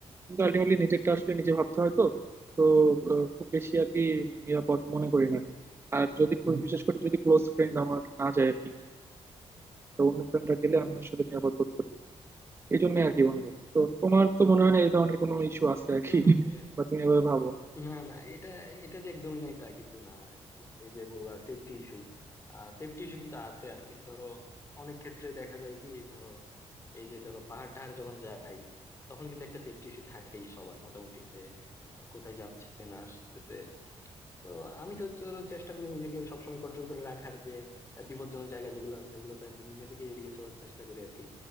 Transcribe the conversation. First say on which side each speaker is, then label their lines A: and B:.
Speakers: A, on the right; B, on the left.
A: কিন্তু আলটিমেটলি নিজেরটা আসলে নিজে ভাবতে হয় তো তো আহ, খুব বেশি আর কি নিরাপদ মনে করি না আর যদি খুব বিশেষ করে যদি ক্লোজ ফ্রেন্ড আমার না যায় আর কি তো অন্য ফ্রেন্ডরা গেলে আমি আসলে নিরাপদ বোধ করি এই জন্য আর কি বন্ধু তো তোমার তো মনে হয় না এই ধরনের কোনো ইস্যু আছে আর
B: হম
A: কি
B: হম
A: <laughs>
B: এ,
A: বা তুমি এভাবে ভাবো
B: না না এটা এটা যে একদমই নাই তা কিন্তু না আসলে এই যে বলবা সেফটি ইস্যু সেফটি ইস্যু কিন্তু আছে আর কি ধরো অনেক ক্ষেত্রে দেখা যায় কি ধরো এই যে ধরো পাহাড় টাহাড় যখন যাই তখন কিন্তু একটা সেফটি ইস্যু থাকেই সবার মোটামুটি যে আহ, কোথায় যাচ্ছে না আসতেছে তো আমি তো তোর চেষ্টা করি নিজেকে সবসময় কন্ট্রোল করে রাখার যে আহ, বিপজ্জনক জায়গা যেগুলো আছে ওগুলো তো আমি নিজে থেকে এড়িয়ে চলার চেষ্টা করি আর কি